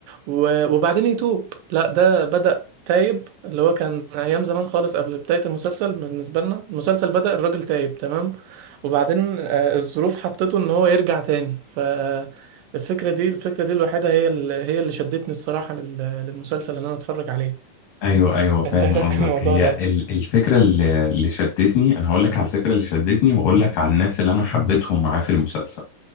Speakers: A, on the right; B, on the left.
A: و- وبعدين يتوب لا ده بدأ تايب اللي هو كان أيام زمان خالص قبل بداية المسلسل بالنسبة لنا المسلسل بدأ الراجل تايب تمام وبعدين آه، الظروف حطته إن هو يرجع تاني فالفكرة دي الفكرة دي الوحيدة هي اللي هي اللي شدتني الصراحة لل- للمسلسل اللي أنا أتفرج عليه
B: ايوه ايوه فاهم
A: أنت إيه رأيك
B: قصدك
A: في الموضوع
B: هي
A: ده؟
B: ال- الفكرة اللي اللي شدتني انا هقول لك على الفكرة اللي شدتني واقول لك على الناس اللي انا حبيتهم معاه في المسلسل